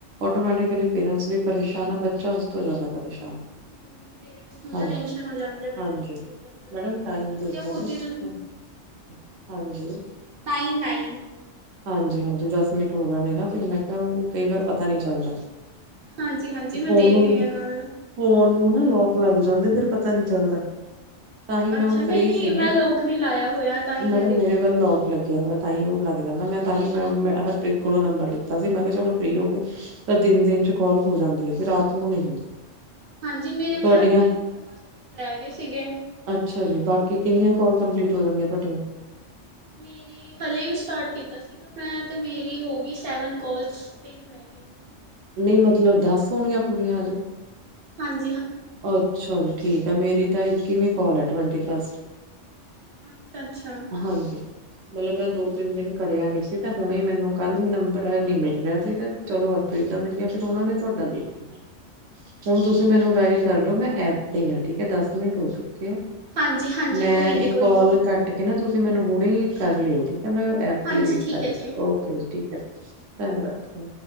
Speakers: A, on the right; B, on the right.
A: ਆਟੋਮੈਟਿਕਲੀ ਪੇਰੈਂਟਸ ਵੀ ਪਰੇਸ਼ਾਨ ਆ ਬੱਚਾ ਉਸ ਤੋਂ ਜ਼ਿਆਦਾ ਪਰੇਸ਼ਾਨ
B: ਹੂੰ ਪੇਰੈਂਟਸ ਨੂੰ
A: ਹਾਂਜੀ।
B: ਤਾਂ ਟੈਸ਼ਨ ਹੋ ਜਾਂਦੀ ਆ
A: ਹਾਂਜੀ
B: ਪਤਾ ਨੀ ਕੀ ਹੋ ਗਿਆ? ਮੇਰੇ ਬੱਚੇ
A: ਮੈਡਮ
B: ਨੂੰ
A: ਟਾਈਮ
B: ਇਸ ਤੋਂ
A: ਦੇਖ
B: ਵਧੀਆ
A: ਲਾਜੀ
B: ਖੁਦ ਈ ਤੁਸੀਂ
A: ਹਾਂਜੀ ਹਾਂਜੀ
B: ਹਾਂਜੀ-ਹਾਂਜੀ ਨਾਈਨ-ਨਾਈਨ
A: ਹਾਂਜੀ ਦਸ ਇੱਕ ਮਿੰਟ ਉਹ ਨਾ ਨੇ ਨਾ ਫਿਰ ਮੈਂ ਫੇਰ ਉਹ ਕਈ
B: ਹਾਂਜੀ
A: ਵਾਰ ਪਤਾ ਨੀ ਚੱਲਦਾ,
B: ਹਾਂਜੀ-ਹਾਂਜੀ ਮੈਂ
A: ਫੋਨ
B: ਦੇਖ
A: ਨੂੰ,
B: ਰਹੀ ਹਾਂ ਨਾਲ
A: ਫੋਨ ਨੂੰ ਨਾ ਲੋਕ ਲੱ ਜਾਂਦੇ ਫੇਰ ਪਤਾ ਨੀ ਚੱਲਦਾ ਤਾਂਹੀ
B: ਅੱਛਾ
A: ਮੈਂ ਹੁਣ
B: ਨਹੀਂ-ਨਹੀਂ
A: ਫਰੀ ਸੀਗੀ।
B: ਮੈਂ ਲੋਕ ਨੀ ਲਾਇਆ ਹੋਇਆ ਤਾਂ ਹੀ ਮੈਂ
A: ਮੈਡਮ
B: ਦੇਖਿਆ
A: ਮੇਰੇ ਵੱਲ ਲੌਕ ਲੱਗਿਆ ਹੋਇਆ ਤਾਂਹੀ ਉਹ। ਲੱਗ ਜਾਂਦਾ ਮੈਂ ਤਾਂਹੀ ਮੈਂ ਹਰਪ੍ਰੀਤ ਕੋਲੋਂ ਨੰਬਰ ਲਿੱਤਾ ਸੀ ਮੈਂ ਕਿਹਾ ਚਲੋ ਫ੍ਰਰੀ ਹੋ ਗੇ ਤਾਂ ਦਿਨ-ਦਿਨ ਚ ਕੋਲ ਹੋ ਜਾਂਦੀ ਐ ਫਿਰ ਰਾਤ ਨੂੰ ਨੀ ਹੁੰਦੀ।
B: ਹਾਂਜੀ ਮੇਰੇ ਵੀ
A: ਤੁਹਾਡੀਆਂ
B: ਨਾ ਤਿੰਨ ਟਾਸਕ ਰੈ ਗੇ ਸੀਗੇ
A: ਅੱਛਾ ਜੀ ਬਾਕੀ ਕਿੰਨੀਆਂ
B: ਹਾਂਜੀ
A: ਕੋਲ ਕੰਪਲੀਟ ਹੋ ਜਾਣਗੀਆਂ ਤੁਹਾਡੀਆਂ
B: ਮੇਰੀ ਹਲੇੇ ਵੀ ਸਟਾਰਟ ਕੀਤਾ ਸੀਗਾ <unintelligible> ਤੇ ਮੇਰੀ ਹੋ ਗੀ ਸੈਵਨ ਕੋਲਸ ਤਿੰਨ ਰੈ <unintelligible>
A: ਨਈ ਮਤਲਬ ਦੱਸ ਹੋਣੀਆਂ ਪੂਰੀਆਂ ਹਜੇ
B: ਹਾਂਨ
A: ਅੱਛਾ ਜੀ ਠੀਕ ਫੇਰ ਮੇਰੀ ਤਾਂ ਇੱਕੀਵੀਂ ਕੋਲ ਐ, ਟਵਾਂਟੀ ਫਸਟ
B: ਅੱਛਾ-ਅੱਛਾ
A: ਹਾਂਜੀ। ਮਤਲਬ ਮੈਂ ਦੋ ਤਿੰਨ ਦਿਨ ਕਰਿਆ ਨੀ ਸੀ ਤੇ ਹੁਣੇ ਮੈਨੂੰ ਕੱਲ ਨੰਬਰ ਨ ਮਿਲ ਰਿਆ ਸੀ ਤੇ ਚਲੋ ਹਰਪ੍ਰੀਤ ਦਾ ਮਿਲ ਗਿਆ ਫਿਰ ਉਨਾ ਨੇ ਤੁਹਾਡਾ ਦੇ ਦਿੱਤਾ ਹੁਣ
B: ਅੱਛਾ-ਅੱਛਾ
A: ਤੁਸੀਂ ਮੈਨੂੰ ਢਈ ਮੈਂ ਐਪ ਤੇ ਈ ਆ ਠੀਕ ਐ ਦਸ ਮਿੰਟ ਹੋ ਚੁੱ <unintelligible> ਕੇ
B: ਹਾਂਜੀ-ਹਾਂਜੀ
A: ਮੈਂ
B: ਕੋਈ
A: ਏ
B: ਨੀ ਕੋਈ
A: ਕੋਲ
B: ਨੀ
A: ਕੱਟ ਕੇ ਨਾ ਤੁ ਤੁਸੀਂ ਮੈਨੂੰ ਹੁਣੀ ਕਰ ਲਿਓ ਤੇ ਤੇ ਮੈਂ ਐਪ
B: ਹਾਂਜੀ
A: ਤੇ ਈ ਵੇਟ
B: ਠੀਕ
A: ਕਰ
B: ਹੈ
A: ਰਹੀ
B: ਜੀ
A: ਓਕੇ ਜੀ ਠੀਕ ਐ ਧੰਨਵਾਦ ਓ